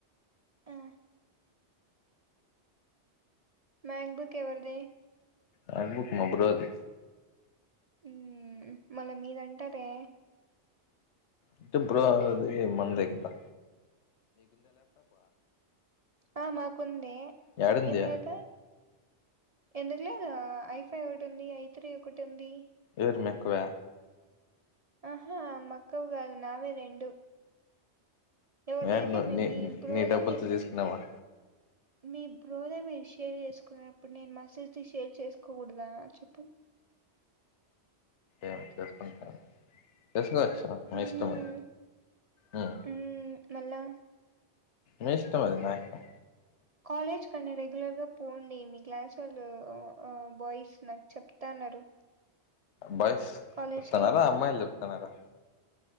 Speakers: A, on the right (about 40°); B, on the left (about 80°).
A: ఆ మ్యాంగ్బుక్ ఎవరిది
B: మాక్బుక్ మా బ్రదర్ది
A: మ్మ్ మళ్ళా మీదంటాదే
B: ఇంటప్పుడు అది మందేకదా
A: ఆ మాకుంది
B: యాడుంది
A: ఏం లేక ఎందుకు లేదు ఐ ఫైవ్ ఒకటి ఉంది ఐ త్రీ ఒకటి ఉంది
B: ఎవరి మీక్కవా
A: ఆహా మా అక్క వి గాదు నావే రెండు ఎవరిదైతే
B: యాడున్నారు
A: మీ
B: నీ
A: మీ బ్రోదే
B: నీ డబ్బులతో
A: మీ
B: తీసుకున్నామా
A: మీ బ్రో దే మీరు షేర్ చేసుకున్నప్పుడు నేను మా సిస్టర్ ది షేర్ చేసుకోకూడదా చెప్పు
B: ఏం చేసుకుంటారు చెస్ నా ఇష్టం, మీ
A: మ్మ్
B: ఇష్టం ఆ
A: మ్మ్ మళ్ళా
B: మీ ఇష్టమది నాకేం
A: కాలేజ్ కన్నా రెగ్యులర్ గా పోండి మీ క్లాసొళ్ళు బాయ్స్ నాకు చెప్తాన్నారు
B: బాయ్ స్స్
A: కాలేజ్
B: చెప్తనారా,
A: కి
B: అమ్మాయిలు చెప్తనారా